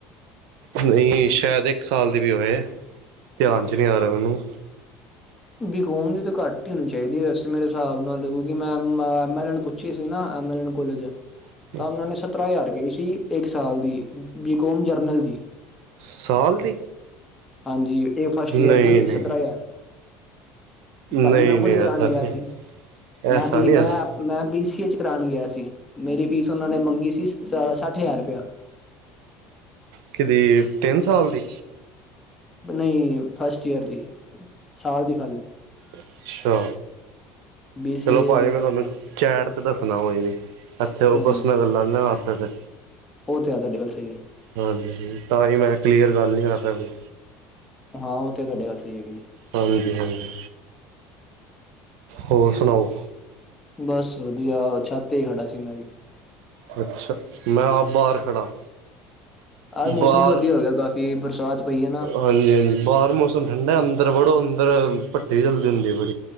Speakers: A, on the right; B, on the left.
A: ਨਹੀਂ ਸ਼ਾਇਦ ਇੱਕ ਸਾਲ ਦੀ ਵੀ ਹੋਏ -ਧਿਆਨ ਚ ਨਹੀਂ ਆ ਰਿਹਾ ਮੈਨੂੰ
B: ਬਿਕੋਮ ਦੀ ਤਾਂ ਘੱਟ ਹੀ ਹੋਣੀ ਚਾਹੀਦੀ ਵੈਸੇ ਮੇਰੇ ਹਿਸਾਬ ਨਾਲ ਕਿਉਂਕਿ ਮੈਂ ਪੱਛੇ ਸੀ ਨਾ। ਐਮ ਨ ਕੋਲੇਜ
A: ਹਾਂ <inaudible> <inaudible>
B: ਤਾਂ ਉਹਨਾਂ ਨੇ ਸਤਰਾਂ ਹਜ਼ਾਰ ਕਈ ਸੀ ਇੱਕ ਸਾਲ ਦੀ ਬੀਕੋਮ ਜਰਨਲ ਦੀ
A: ਸਾਲ ਦੀ-
B: ਹਾਂਜੀ। ਇਹ ਫਸਟ
A: ਨਹੀਂ
B: ਈਅਰ ਦੀ
A: ਨਹੀਂ
B: ਸਤਰਾਂ ਹਜ਼ਾਰ
A: ਨਹੀਂ
B: ਭਾਜੀ ਮੈਂ ਖੁਦ
A: ਨਹੀਂ ਐਸਾ
B: ਕਰਾਉਣ ਗਿਆ
A: ਨਹੀਂ ਹੈ
B: ਸੀ। ਮੈਂ
A: ਐਸਾ
B: ਵੀ
A: ਨਹੀਂ
B: ਮੈਂ
A: ਐਸ
B: ਮੈਂ ਬੀ ਸੀਏ ਚ ਕਰਾਉਣ ਗਿਆ ਸੀ। ਮੇਰੀ ਫੀਸ ਉਹਨਾਂ ਨੇ ਮੰਗੀ ਸੀ ਸ ਸੱਠ ਹਜ਼ਾਰ ਰੁਪਇਆ
A: ਕਿਦੀ ਤਿੰਨ ਸਾਲ ਦੀ
B: ਨਹੀਂ ਫਸਟ ਈਅਰ ਦੀ ਸਾਲ ਦੀ ਖਾਲੀ।
A: ਅੱਛਾ
B: ਬੀ ਸੀ
A: ਚਲੋ
B: ਏ
A: ਭਾਜੀ ਮੈਂ
B: ਹਾਂ
A: ਤੁਹਾਨੂੰ ਚੈਟ ਤੇ ਦੱਸਣਾ ਕੋਈ ਨਹੀਂ ਇੱਥੇ ਉਹ
B: ਕੋਈ
A: ਪਰਸਨਾਂ
B: ਨੀ
A: ਗੱਲਾਂ ਨਹੀਂ ਨਾ ਕਰ ਸਕਦੇ।
B: ਉਹ ਤੇ ਐ ਤੁਹਾਡੀ ਗੱਲ ਸਈ ਐ।
A: ਹਾਂਜੀ, ਤਾਂ ਹੀ ਮੈਂ ਕਲੀਅਰ ਗੱਲ ਨਹੀਂ ਕਰਦਾ ਕੋਈ।
B: ਹਾਂ, ਉਹ ਤੇ ਤੁਹਾਡੇ ਗੱਲ ਸਹੀ ਹੈਗੀ ਜੀ।
A: ਹਾਂਜੀ-ਹਾਂਜੀ ਹੋਰ ਸੁਣਾਓ?
B: ਬਸ ਵਧੀਆ ਛੱਤ ਤੇ ਹੀ ਖੜਾ ਸੀ ਮੈਂ ਵੀ
A: ਅੱਛਾ, ਮੈਂ ਆਪ ਬਾਹਰ ਖੜਾ
B: ਆਹ
A: ਬਾਹਰ
B: ਮੌਸਮ ਵੀ ਵਧੀਆ ਹੋ ਗਿਆ ਕਾਫੀ ਬਰਸਾਤ ਪਈ ਐ ਨਾ।
A: ਹਾਂਜੀ-ਹਾਂਜੀ, ਬਾਹਰ ਮੌਸਮ ਠੰਡਾ ਅੰਦਰ ਪੜ੍ਹੋ ਅੰਦਰ ਭੱਠੀ ਚਲਦੀ ਹੁੰਦੀ ਪਈ।